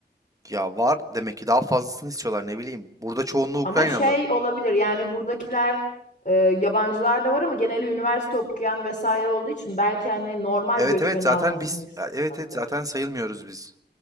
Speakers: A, on the right; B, on the left.
A: ya var demek ki daha fazlasını istiyorlar ne bileyim. Burada çoğunluğu Ukraynalı.
B: Ama şey olabilir yani buradakiler e, yabancılar da var ama geneli üniversite okuyan vesaire olduğu için belki hani normal
A: Evet
B: göçmen
A: evet zaten
B: almasını
A: biz
B: istiyorlardır.
A: evet evet zaten sayılmıyoruz biz.